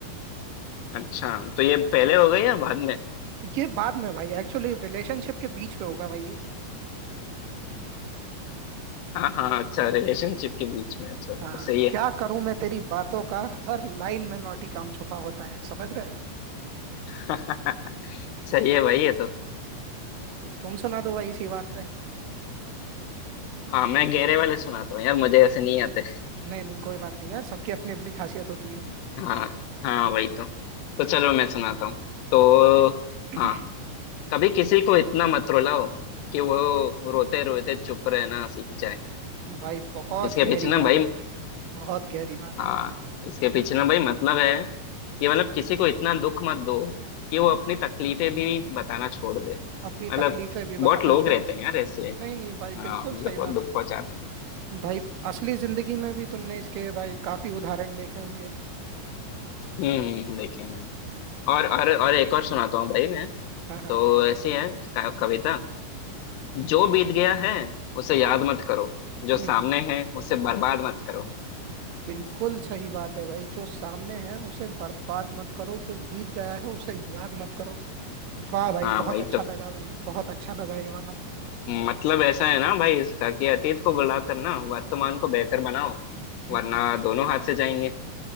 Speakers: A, on the left; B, on the right.
A: अच्छा तो ये पहले हो गई या बाद में
B: ये बाद में भाई एक्चुअली रिलेशनशिप के बीच में होगा भाई ये
A: हाँ हाँ अच्छा रिलेशनशिप के बीच में अच्छा तो
B: हाँ
A: सही है
B: क्या करूं मैं तेरी बातों का हर लाइन में नौटी काम छुपा होता है समझ रहे हो
A: <laughs> सही है भाई ये तो
B: एक तुम सुना दो भाई इसी बात पे
A: हाँ मैं गहरे वाले सुनाता हूँ यार मुझे ऐसे नहीं आते
B: नहीं नहीं कोई बात नहीं यार सबकी अपनी अपनी खासियत होती
A: हाँ हाँ वही तो तो चलो मैं सुनाता हूँ तो
B: है
A: हाँ कभी किसी को इतना मत रुलाओ कि वो रोते रोते चुप रहना सीख जाए
B: भाई बहुत
A: इसके
B: गहरी
A: पीछे ना
B: बात
A: भाई
B: है भाई बहुत गहरी बात है
A: हाँ
B: भाई
A: इसके पीछे ना भाई मतलब है कि मतलब किसी को इतना दुख मत दो कि वो अपनी तकलीफें भी बताना छोड़ दे
B: अपनी
A: मतलब
B: तकलीफें भी
A: बहुत
B: बताना
A: लोग
B: छोड़
A: रहते
B: दे
A: हैं यार ऐसे
B: नहीं नहीं भाई
A: हाँ
B: बिल्कुल
A: जो
B: सही
A: बहुत
B: बात
A: दुख
B: है
A: पहुंचाते हैं
B: भाई असली जिंदगी में भी तुमने इसके भाई काफी उदाहरण देखे होंगे
A: हम्म देखे मैंने
B: हम्म।
A: और और और एक और सुनाता हूँ भाई मैं
B: हाँ हाँ
A: तो ऐसी है क- कविता जो बीत गया है उसे याद मत करो जो सामने
B: हम्म, हम्म,
A: है उसे बर्बाद मत करो
B: बिल्कुल सही बात है भाई जो सामने है उसे बर्बाद मत करो जो बीत गया है उसे याद मत करो वाह भाई
A: हाँ
B: बहुत
A: वही
B: अच्छा
A: तो
B: लगा भाई बहुत अच्छा लगा ये वाला
A: मतलब ऐसा है ना भाई इसका कि अतीत को बुला कर ना वर्तमान को बेहतर बनाओ
B: हम्म
A: वरना
B: हम्म,
A: दोनों हाथ से जाएंगे